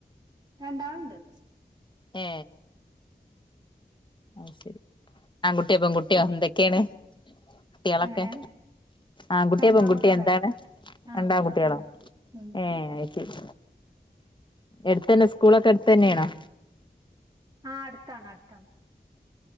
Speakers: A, on the right; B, on the left.
A: രണ്ടാളുണ്ട്
B: ഏ അ ശരി ആങ്കുട്ട്യാ പെങ്കുട്ട്യാ എന്തക്കെയാണ് കുട്ടികളൊക്കെ
A: എങ്ങനെ
B: ആൺകുട്ടിയാ
A: രണ്ടാൺകുട്ടികള്
B: പെൺകുട്ടിയാ എന്താണ്
A: ആൺകുട്ടികളാണ്
B: രണ്ടാങ്കുട്ടികളോ
A: ഉം
B: ഏ അയ് ശരി എടുത്ത് അന്നെ സ്കൂളൊക്കെ എടുത്ത് തന്നെയാണോ
A: ആ അടുത്താണ് അടുത്താണ്